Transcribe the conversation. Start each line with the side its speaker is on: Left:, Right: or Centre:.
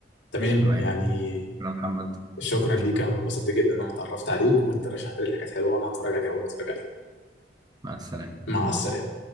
Left: تمام
Right: تمام
Left: يعني
Right: شكرا محمد
Left: شكرا ليك
Right: شكرا
Left: انا اتبسطت جدا ان انا اتعرفت عليك وانت رشحت لي حاجات حلوه وانا هتفرج عليها اول ما اتفرج عليها
Right: مع السلامة
Left: مع
Right: مع
Left: السلامة
Right: السلامة